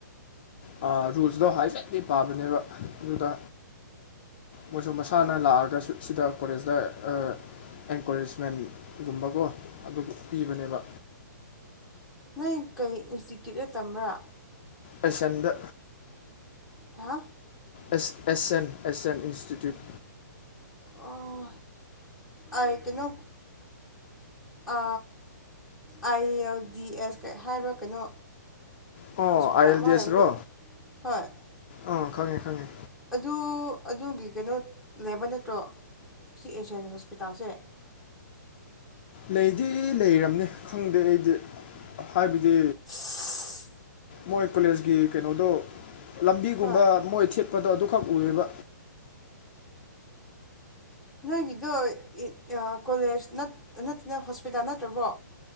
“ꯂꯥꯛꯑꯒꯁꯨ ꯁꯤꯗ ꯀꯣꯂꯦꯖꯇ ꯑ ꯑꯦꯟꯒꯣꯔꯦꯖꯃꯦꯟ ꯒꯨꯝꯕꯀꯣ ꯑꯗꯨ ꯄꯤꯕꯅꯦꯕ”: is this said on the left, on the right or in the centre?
Left